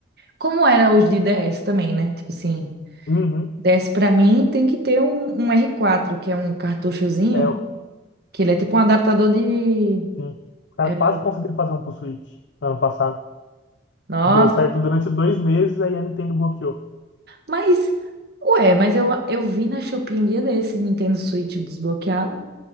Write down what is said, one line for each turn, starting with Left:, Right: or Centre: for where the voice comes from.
Right: Como era os de DS também, né? Tipo assim,
Left: Uhum.
Right: DS pra mim tem que ter um, um R4, que é um cartuchozinho,
Left: É,
Right: que ele é tipo um adaptador de.
Left: sim. Os caras
Right: é,
Left: quase conseguiram fazer um pro Switch ano passado.
Right: Nossa,
Left: Deu certo durante dois meses, aí a Nintendo bloqueou.
Right: mas. Ué, mas eu, eu vi na Shopee um dia desse Nintendo Switch desbloqueado.